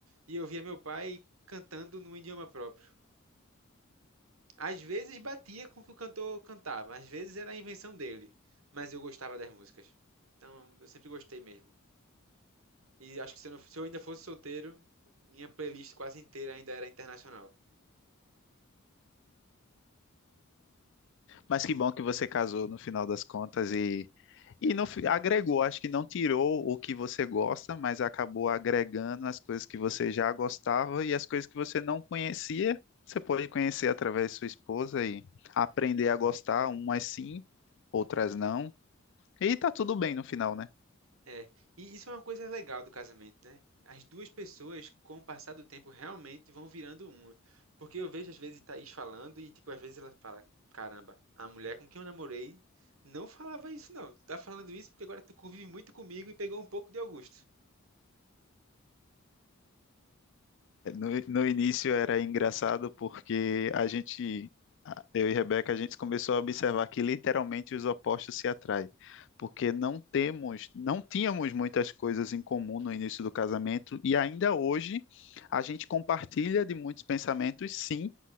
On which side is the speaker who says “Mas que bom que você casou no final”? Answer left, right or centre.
Left